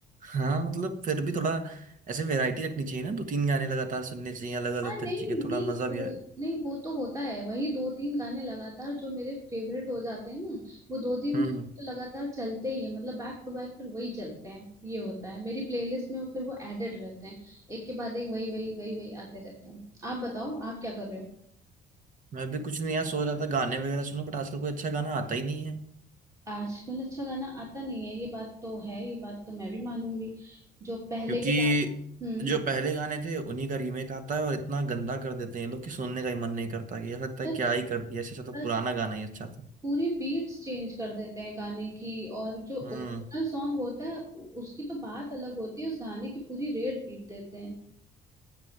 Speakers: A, on the right; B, on the right.
A: हाँ मतलब फिर भी थोड़ा ऐसे वैरायटी रखनी चाहिए ना दो तीन गाने लगातार सुनने चाहिए अलग
B: हाँ
A: अलग
B: नहीं
A: तरीके के थोड़ा
B: नहीं
A: मजा भी
B: वो
A: आए
B: नहीं वो तो होता है वही दो तीन गाने लगातार जो मेरे फेवरेट हो जाते हैं ना वो दो तीन
A: हम्म
B: गाने तो लगातार चलते ही है मतलब बैक टू बैक फिर वही चलते हैं ये होता है मेरी प्लेलिस्ट में फिर वो एडेड रहते हैं एक के बाद एक वही वही वही वही आते रहते हैं आप बताओ आप क्या कर रहे हो
A: मैं भी कुछ नहीं यार सोच रहा था गाने वगैरह सुनूं बट आजकल कोई अच्छा गाना आता ही नहीं है
B: आजकल अच्छा गाना आता नहीं है ये बात तो है ये बात तो मैं भी मानूंगी जो पहले
A: क्योंकि
B: के गाने हम्म
A: जो पहले गाने थे उन्हीं का रीमेक आता है और इतना गंदा कर देते हैं ये लोग कि सुनने का ही मन नहीं करता कि ऐसा लगता
B: सच
A: है क्या ही कर दिया इससे अच्छा तो
B: सच
A: पुराना गाना ही अच्छा था
B: पूरी बीट्स चेंज कर देते हैं गाने की और जो
A: हम्म
B: ओरिजिनल सॉन्ग होता है उ- उसकी तो बात अलग होती है उस गाने की पूरी रेड पीट देते हैं